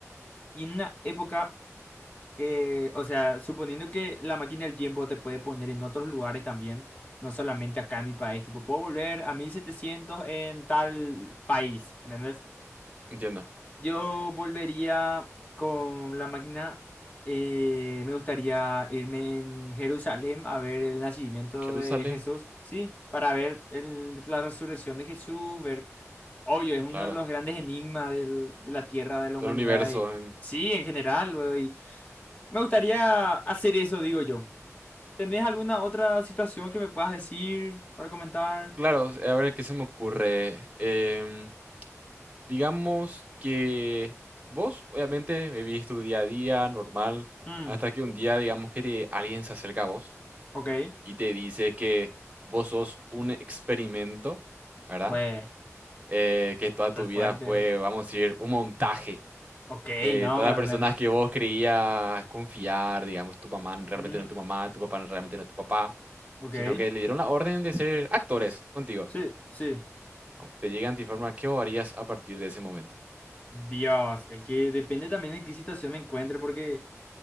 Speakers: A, on the left; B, on the right.
A: Y en una época que, o sea, suponiendo que la máquina del tiempo te puede poner en otros lugares también, no solamente acá en mi país, tipo, puedo volver a 1700 en tal país, ¿entendés?
B: entiendo.
A: Yo volvería con la máquina. eh, me gustaría irme en Jerusalén a ver el nacimiento
B: Jerusalén,
A: de Jesús, sí, para ver el- la resurrección de Jesús, ver, obvio, es uno
B: claro,
A: de los grandes enigmas del- de la tierra, de la
B: del
A: humanidad,
B: universo.
A: y,
B: en-
A: sí, en general, luego, y me gustaría hacer eso, digo yo. ¿Tenés alguna otra situación que me puedas decir para comentar?
B: Claro, a ver qué se me ocurre. Em, Digamos que vos, obviamente, vivís tu día a día normal,
A: Mm,
B: hasta que un día, digamos que te- alguien se acerca a vos
A: ok,
B: y te dice que vos sos un experimento, ¿verdad?
A: bueno,
B: Eh, que toda tu
A: re fuerte.
B: vida fue, vamos a decir, un montaje.
A: Ok,
B: Eh,
A: no,
B: todas
A: me,
B: las personas
A: me-
B: que vos creías confiar, digamos, tu mamá n- realmente
A: <laughs>
B: no es tu mamá, tu papá no- realmente no es tu papá,
A: Ok,
B: sino que le dieron la orden de ser actores contigo.
A: sí, sí.
B: Vamos, Te llegan, te informan qué vos harías a partir de ese momento.
A: Dios, es que depende también de qué situación me encuentre, porque